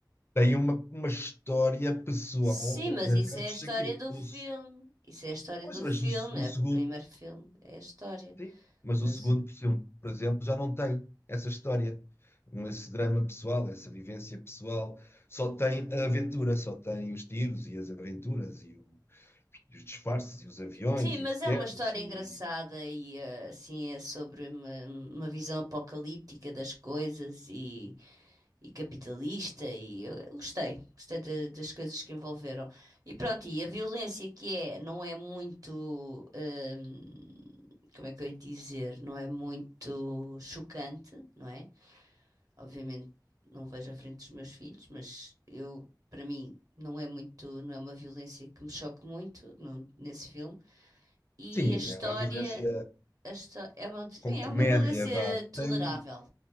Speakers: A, on the left; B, on the right.
A: Tem uma, uma história pessoal
B: Sim,
A: atrás
B: mas isso é a história
A: daquilo.
B: do
A: O,
B: filme.
A: se-
B: Isso é a história
A: pois,
B: do
A: mas
B: filme,
A: o, se- o
B: é
A: segundo
B: o primeiro filme, é a história.
A: Sim. Mas
B: Mas
A: o segundo, por exemplo, por exemplo, já não tem essa história, um- esse drama pessoal, essa vivência pessoal. Só tem a aventura, só tem os tiros e as aventuras e, o- e os disfarces e os aviões
B: sim, mas
A: e as quedas
B: é uma história
A: e...
B: engraçada e eh, assim é sobre uma, uma visão apocalíptica das coisas e e capitalista e eu gostei, gostei da- das coisas que envolveram. E pronto, e a violência que é, não é muito, hum, como é que eu ia dizer, não é muito chocante, não é? Obviamente não vejo à frente dos meus filhos, mas eu, para mim, não é muito, não é uma violência que me choque muito no- nesse filme. E
A: Sim,
B: a história,
A: é uma violência
B: a histó- é uma, sim,
A: com comédia,
B: é uma violência
A: vá.
B: tolerável,
A: Tem,